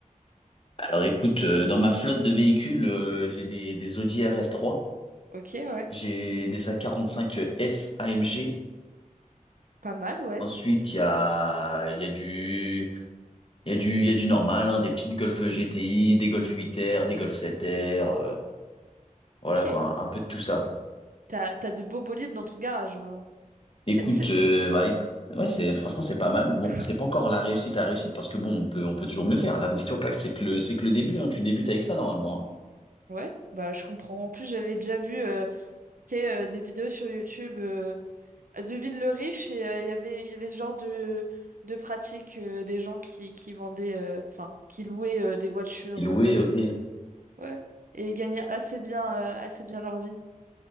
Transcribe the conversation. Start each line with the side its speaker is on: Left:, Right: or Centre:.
Left: Alors écoute, euh, dans ma flotte de véhicules, euh, j'ai des, des Audi RS3,
Right: Ok, ouais.
Left: j'ai des A45 S AMG.
Right: Pas mal, ouais.
Left: Ensuite, il y a, il y a du, il y a du, il y a du normal, hein, des petites Golf GTI, des Golf 8R, des Golf 7R, euh, voilà
Right: Ok.
Left: quoi, un, un peu de tout ça.
Right: T'as, t'as de beaux bolides dans ton garage. hein.
Left: Écoute,
Right: C'est, c'est...
Left: euh, bah, éc- ouais, c'est franchement c'est pas mal. Bon,
Right: <laughs>
Left: c'est pas encore la réussite, la réussite parce que bon, on peut, on peut toujours mieux faire. Là, dis-toi que là, c'est que le, c'est que le début, hein, tu débutes avec ça normalement. Hein.
Right: Ouais, bah je comprends. En plus, j'avais déjà vu euh, tu sais, euh, des vidéos sur YouTube, euh, Devine le riche, et euh, il y avait, il y avait ce genre de, de pratique euh, des gens qui, qui vendaient, euh, enfin, qui louaient euh, des voitures
Left: Il louait,
Right: euh, dans des
Left: ok.
Right: Ouais. Et ils gagnaient assez bien, euh, assez bien leur vie.